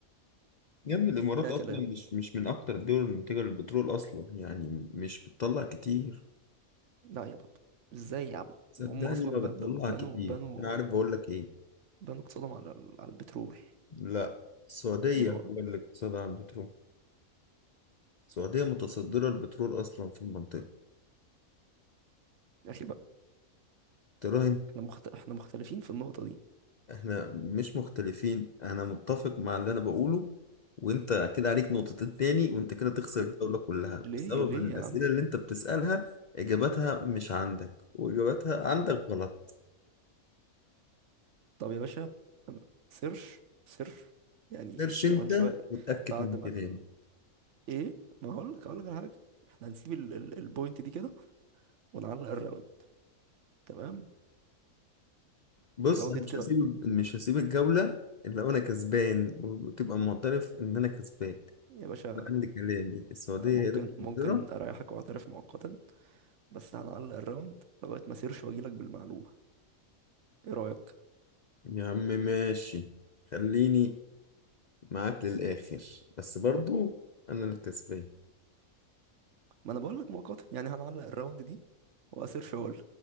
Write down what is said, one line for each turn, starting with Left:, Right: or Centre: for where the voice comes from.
Left: يا ابني الامارات
Right: فيها
Left: اصلا
Right: كلام
Left: مش مش من اكتر الدول المنتجه للبترول اصلا يعني مش بتطلع كتير
Right: لا يا بابا ازاي يا عم
Left: صدقني
Right: هم اصلا
Left: ما بتطلع
Right: ب- ب- بنوا
Left: كتير
Right: بنوا
Left: انا عارف بقول لك ايه
Right: بنوا اقتصادهم على ال- على البترول
Left: لا السعوديه
Right: ايه ده
Left: هو اللي اقتصادها على البترول السعوديه متصدره البترول اصلا في المنطقه
Right: يا اخي بقى
Left: تراهن
Right: احنا مخت... احنا مختلفين في النقطة دي
Left: احنا مش مختلفين انا متفق مع اللي انا بقوله وانت كده عليك نقطتين تاني وانت كده تخسر
Right: إيه...
Left: الدوله
Right: ل-
Left: كلها
Right: ليه
Left: بسبب
Right: ليه
Left: الاسئله
Right: يا عم
Left: اللي انت بتسالها اجاباتها مش عندك واجاباتها عندك
Right: لا
Left: غلط
Right: طب يا باشا أنا- سيرش سيرش يعني
Left: سيرش انت
Right: كمان شوية
Left: وتأكد
Right: بعد
Left: من كلامي
Right: ما ال... ايه ما هقول لك هقول لك على حاجة احنا هنسيب ال... ال... البوينت دي كده ونعلق الراوند تمام
Left: بص
Right: والراوند
Left: انا
Right: دي
Left: مش
Right: تت-
Left: هسيب مش هسيب الجولة الا وانا كسبان وتبقى معترف ان انا كسبان
Right: يا باشا
Left: ده عندي كلامي السعودية
Right: ممكن
Left: هي اللي
Right: ممكن
Left: متصدرة
Right: اريحك واعترف مؤقتا بس هنعلق الراوند لغاية ما سيرش واجيلك بالمعلومة ايه رأيك
Left: يا عم ماشي خليني معاك للاخر بس برضو انا اللي كسبان
Right: ما انا بقول لك مؤقتا يعني هنعلق الراوند دي واسيرش اقول